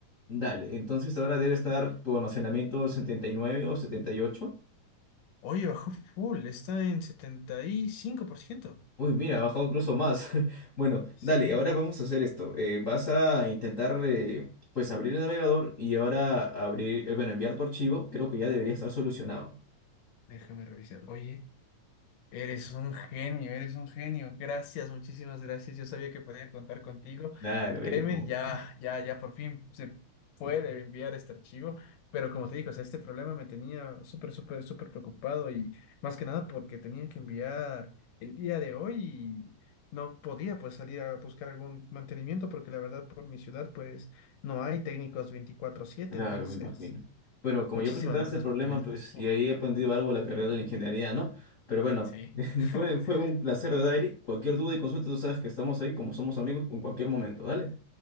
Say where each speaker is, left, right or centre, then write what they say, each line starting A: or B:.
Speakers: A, on the left (about 45°); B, on the left (about 75°).
A: Dale, entonces ahora debe estar tu almacenamiento 79 o 78.
B: Oye, bajó full, está en 75%.
A: Uy, mira, ha bajado incluso más. <laughs> Bueno,
B: Sí,
A: dale, ahora vamos a hacer esto. Eh, vas a intentar eh, pues abrir el navegador y ahora abrir, eh, bueno, enviar tu archivo. Creo que ya debería estar solucionado.
B: déjame revisar. Oye, Eres un genio, eres un genio. Gracias, muchísimas gracias. Yo sabía que podía contar contigo.
A: Claro,
B: Créeme,
A: Eric, como-
B: ya, ya, ya por fin se puede enviar este archivo. Pero como te digo, o sea, este problema me tenía súper, súper, súper preocupado y más que nada porque tenía que enviar el día de hoy y no podía pues salir a buscar algún mantenimiento porque la verdad por mi ciudad pues no hay técnicos veinticuatro siete
A: claro,
B: Entonces,
A: me imagino. Bueno, como
B: muchísimas
A: yo presentaba
B: gracias
A: este problema,
B: por tu ayuda.
A: pues,
B: Uf,
A: y ahí he aprendido algo de la carrera de la ingeniería, ¿no? Pero bueno,
B: sí.
A: <laughs>
B: <laughs>
A: fue, fue un placer, ¿verdad, Eric? Cualquier duda y consulta, tú sabes que estamos ahí como somos amigos en cualquier momento, ¿dale?